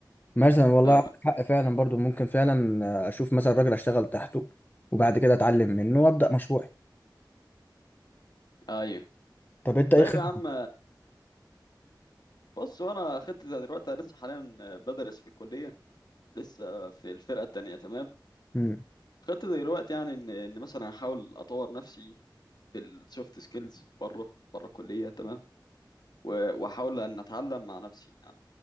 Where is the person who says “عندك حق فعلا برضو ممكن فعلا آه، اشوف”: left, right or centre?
Left